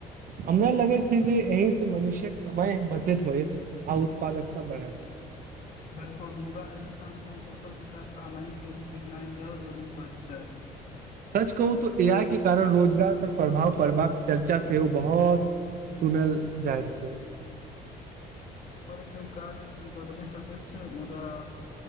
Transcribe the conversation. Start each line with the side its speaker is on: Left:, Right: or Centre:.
Right: हमरा लगे छै जे असँ मनुष्य समय बचत होइ आ उत्पादकता बढ़
Left: बिलकुल मुदा एहि सङ् सङ् कौशल विकास आ नहि जे सिखनाइ सेहो दरू भए जाय
Right: सच कहू तऽ ए आइ के कारण रोजगार पर प्रभाव पड़बाक चर्चा सेहो बहुत सुनल जाइत छै
Left: के काज बदल सक छै मुदा